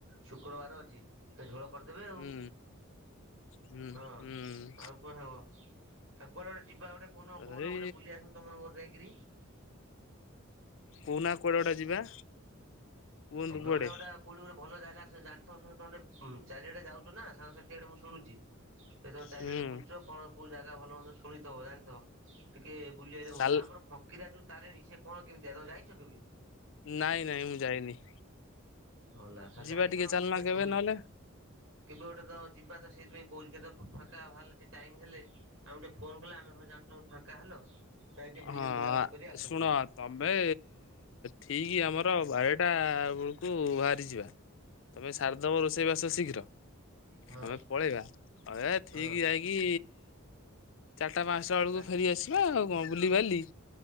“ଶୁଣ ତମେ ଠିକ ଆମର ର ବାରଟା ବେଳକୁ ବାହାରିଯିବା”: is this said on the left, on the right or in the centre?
Left